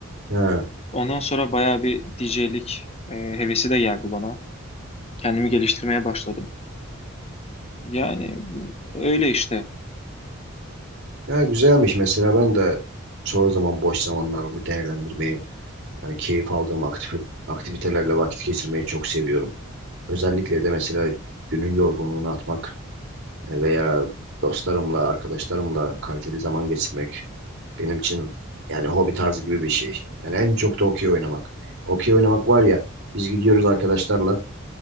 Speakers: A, on the right; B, on the left.
A: Ha,
B: Ondan sonra bayağı bir DJ'lik e, hevesi de geldi bana. Kendimi geliştirmeye başladım. Yani öyle işte.
A: ha güzelmiş. Mesela ben de çoğu zaman boş zamanlarımı değerlendirmeyi, yani keyif aldığım aktif aktivitelerle vakit geçirmeyi çok seviyorum. Özellikle de mesela günün yorgunluğunu atmak E, veya dostlarımla, arkadaşlarımla kaliteli zaman geçirmek benim için yani hobi tarzı gibi bir şey. Yani en çok da okey oynamak. Okey oynamak var ya biz gidiyoruz arkadaşlarla